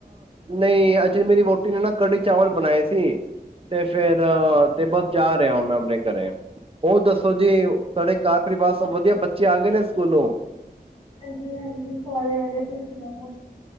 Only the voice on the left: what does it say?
ਹਾਂਜੀ ਹਾਂਜੀ ਸਾਰੇ ਵਧਆ ਤੁਸੀ ਸੁਣਾੋ